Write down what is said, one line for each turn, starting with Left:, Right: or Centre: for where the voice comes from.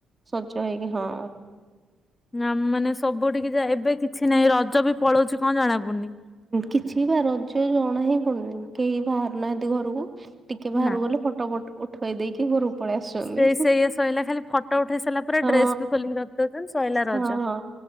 Right: ସଜ ହେଇକିି ହଁ।
Left: ନା ମାନେ ସବୁଠିକି ଯାଏ ଏବେ କିଛି ନାହିଁ ରଜ ବି ପଳଉଛି କଣ ଜଣା ପଡ଼ୁନି।
Right: କିଛି ବା ରଜ ଜଣା ହିଁ ପଡ଼ୁନି କେହି ବାହାରୁ ନାହାନ୍ତି ଘରକୁ ଟିକେ ବାହାରୁ
Left: ନା।
Right: ଗଲେ ଫଟୋ ଫ ଉଠେଇ ଦେଇକି ଘରୁ ପଳେଇ ଆସୁଚନ୍ତି
Left: ସେଇ ସେଇଆ ସଇଲା ଖାଲି ଫଟୋ ଉଠେଇ ସାରିଲା ପରେ
Right: ହଁ
Left: ଡ୍ରେସ ବି ଖୋଲିକି ରଖିଦଉଛନ୍ତି ସଇଲା ରଜ।
Right: ହଁ।